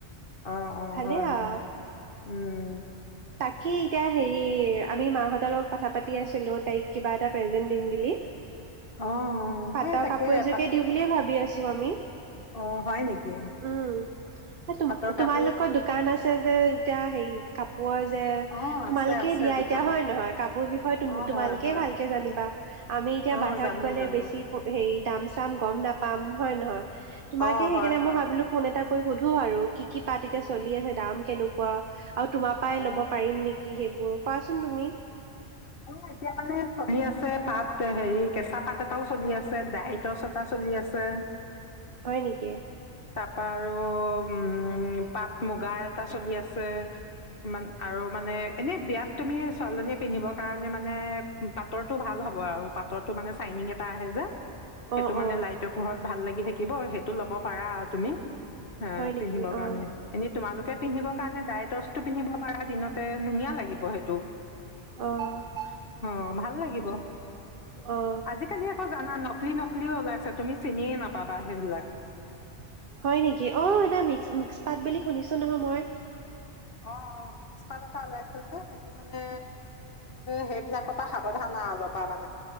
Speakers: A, on the left; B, on the right.
A: অ অ
B: ভালে
A: হয় হয়
B: আও
A: উম
B: কে এতিয়া হেৰি আমি মাহঁতৰ লগত কথা পাতি আছিলো তাইক কিবা এটা প্ৰেজেন্ট দিম বুলি
A: অ অ
B: পাটৰ
A: সেই তাকে
B: কাপোৰ এযোকে
A: পাট
B: দিওঁ বুলিয়ে ভাবি আছোঁ ত আমি
A: অ হয় নেকি
B: উম। সেই তুম
A: পাতৰ কাপ
B: তোমালোকৰ দোকান আছে যে যেতিয়া সেই কাপ কাপোৰ যে
A: অ
B: তোমালোকে
A: আছে আছে
B: দিয়া
A: দোকান
B: এতিয়া হয় নহয় কাপোৰ বিষয়ে
A: অ
B: তোমালোকে
A: হয় হয়
B: ভালকে জানিবা আমি এতিয়া
A: অ
B: বাহিৰত
A: জানো
B: গ'লে
A: জানো
B: বেছি হেৰি দাম চাম গম নেপাম হয় নহয় তোমাকে
A: অ
B: সেইকাৰণে
A: হয় হয়
B: মই ভাবিলো ফোন এটা কৰি সুধো আৰু কি কি পাত চলি আছে দাম কেনেকুৱা আৰু তোমাৰ পৰাই
A: অ
B: ল'ব পাৰিম নেকি সেইবোৰ কোৱাচোন তুমি
A: অ এতিয়া মানে চলি আছে পাত হেৰি কেঁচা পাত এটাও চলি আছে ডাইটছ এটা চলি আছে
B: হয় নেকি
A: তাপা আৰু উম পাট মুগা এটা চলি আছে মান আৰু মানে এনেই বিয়াত তুমি ছোৱালজনীয়ে পিন্ধিব কা কাৰণে মানে পাতৰটো ভাল হ'ব আৱ পাটৰটো মানে চাইনিং এটা আহে যে সেইটো
B: অ
A: মানে
B: অ
A: লাইটৰ পোহৰত ভাল লাগি থাকিব সেইটো ল'ব পাৰা তুমি হে
B: হয় নেকি
A: পিন্ধিবৰ
B: অ
A: কাৰণে এনে তোমালোকে পিন্ধিবৰ কাৰণে ডাইটছটো পিন্ধিব পাৰা দিনতে ধুনীয়া লাগিব সেইটো
B: অ
A: অ ভাল লাগিব
B: অ
A: আজিকালি আকৌ জানা নক নকলি নকলি ওলাইছে তুমি চিনিয়ে নাপাবা সেইবিলাক
B: হয় নেকি অ এ মিক্স মিক্স পাত বুলি শুনিছো নহয় মই
A: অ অ মিক্স পাত এটা ওলাইছে যে সেইটো মানে সেইবিলাকৰ পৰা সাবধান অলৰ পৰা মানে